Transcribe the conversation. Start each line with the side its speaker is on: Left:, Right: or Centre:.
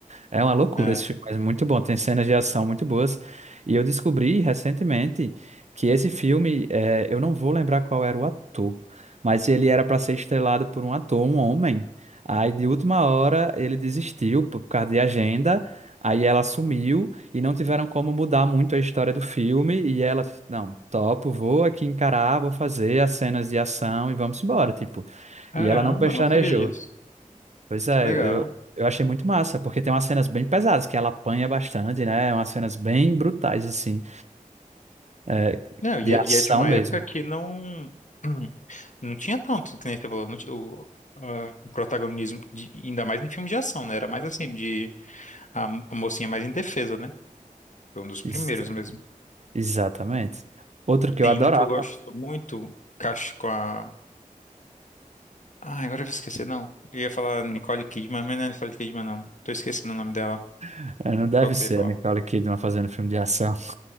Right: É uma loucura
Left: É.
Right: esse filme, mas muito bom. Tem cenas de ação muito boas. E eu descobri recentemente que esse filme, é, eu não vou lembrar qual era o ator, mas ele era para ser estrelado por um ator, um homem. Aí, de última hora, ele desistiu por causa de agenda. Aí ela sumiu e não tiveram como mudar muito a história do filme. E ela, não, topo, vou aqui encarar, vou fazer as cenas de ação e vamos embora, tipo.
Left: Caramba,
Right: E ela não <laughs> pestanejou.
Left: não sabia disso.
Right: Pois é,
Left: Que legal.
Right: eu, eu achei muito massa, porque tem umas cenas bem pesadas, que ela apanha bastante, né? É Umas cenas bem brutais, assim, é,
Left: Não, e
Right: de
Left: é,
Right: ação
Left: e é de uma
Right: mesmo.
Left: época que não. <clears throat> Não tinha tanto, que nem você falou, não ti- o, a- o protagonismo, de- ainda mais em filme de ação, né? Era mais assim, de a, mo- a mocinha mais indefesa, né? Foi um dos primeiros
Right: Ex-
Left: mesmo.
Right: exatamente. Outro que
Left: Tem
Right: eu adorava.
Left: um que eu gosto muito, Cacho com a. Ah, agora eu vou esquecer, não. Eu ia falar Nicole Kidman, mas não é Nicole Kidman, não. Tô esquecendo o nome dela.
Right: <laughs> Não deve
Left: Qual que
Right: ser
Left: você ia falar?
Right: a Nicole
Left: <laughs>
Right: Kidman fazendo filme de ação.